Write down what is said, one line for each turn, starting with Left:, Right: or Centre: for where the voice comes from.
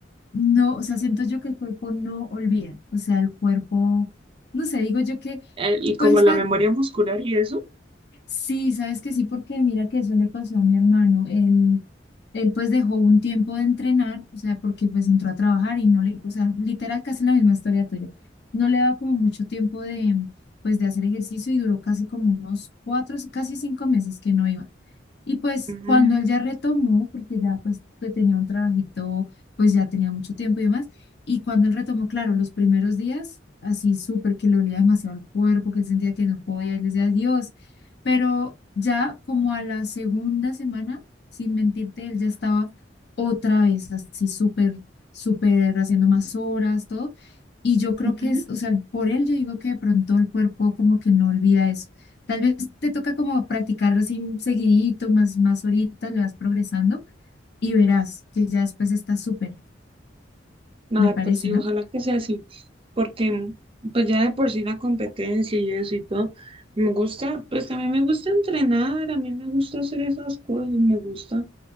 Left: no, o sea, siento yo que el cuerpo no olvida, o sea, el cuerpo, no sé, digo yo que
Right: Eh, y como
Left: pues
Right: la memoria muscular y eso.
Left: Sí, sabes que sí, porque mira que eso le pasó a mi hermano. Él, él pues dejó un tiempo de entrenar, o sea, porque pues entró a trabajar y no le, o sea, literal casi la misma historia tuya. No le daba como mucho tiempo de, pues de hacer ejercicio y duró casi como unos cuatro, casi cinco meses que no iba. Y pues
Right: Mm,
Left: cuando él ya retomó, porque ya pues que tenía un trabajito, pues ya tenía mucho tiempo y demás, y cuando él retomó, claro, los primeros días, así súper que le olía demasiado el cuerpo, que él sentía que no podía, él decía, Dios, pero ya como a la segunda semana, sin mentirte, él ya estaba otra vez así súper, súper haciendo más horas, todo, y yo creo
Right: ujú.
Left: que es, o sea, por él yo digo que de pronto el cuerpo como que no olvida eso Tal vez te toca como practicarlo así seguidito, más, más ahorita le vas progresando y verás que ya después está súper,
Right: Nada,
Left: me parece,
Right: pues sí,
Left: ¿no?
Right: ojalá que sea así, porque pues ya de por sí la competencia y eso y todo, me gusta, pues también me gusta entrenar, a mí me gusta hacer esas cosas, me gusta